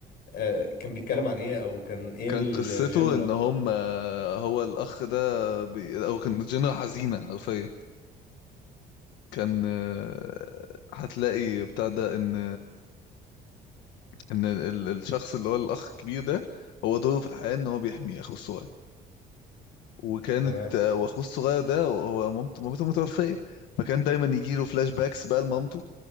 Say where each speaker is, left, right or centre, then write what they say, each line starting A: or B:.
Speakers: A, on the left; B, on the left.
A: آه، كان بيتكلم عن ايه او كان ايه
B: كان
A: الجنرا
B: قصته إن هم آه، هو الأخ ده بي... أو كان جنة حزينة حرفيا كان آه، هتلاقي بتاع ده إن إن ال- الشخص اللي هو الأخ الكبير ده هو دوره في الحياة إن هو بيحمي أخوه الصغير وكانت
A: تمام
B: آه، وأخوه الصغير ده هو مامته مامته متوفية فكان دايما يجيله فلاش باكس بقى لمامته